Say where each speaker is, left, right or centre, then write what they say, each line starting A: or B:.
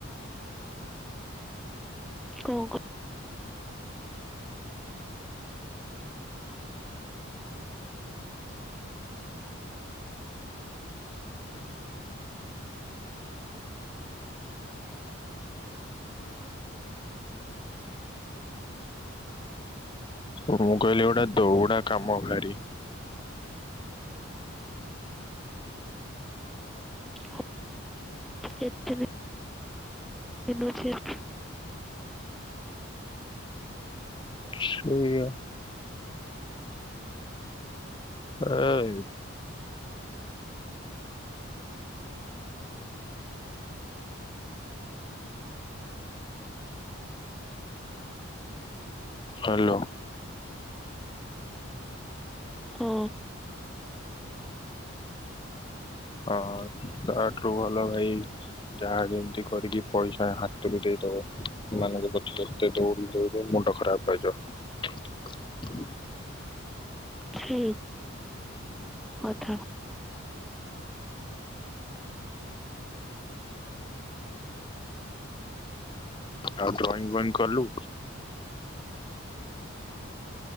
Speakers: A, in the centre; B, on the left (about 20°).
A: କୋଉ କ
B: ମୁଁ କହିଲି ଏଇଗୁଡା ଦୋଉଡା କାମ ଭାରି।
A: <unintelligible> ଯେତେ ବି <unintelligible>
B: ସେଇଆ ଏଇ ହ୍ୟାଲୋ
A: ହଁ।
B: ହଁ ତାଠୁ ରୁ ଭଲ ଭାଇ ଯାହା ଯେମିତି କରିକି ପଇସା ହାତରୁ ଦେଇ ଦବ। ସେମାନଙ୍କ ପଛରେ ତତେ ଦୌଡି ଦୌଡି ମୁଣ୍ଡ ଖରାପ ହେଇଯିବ।
A: ଛି। କଥା।
B: ଆଉ ଡ୍ରଇଂ ବଇଂ କଲୁ?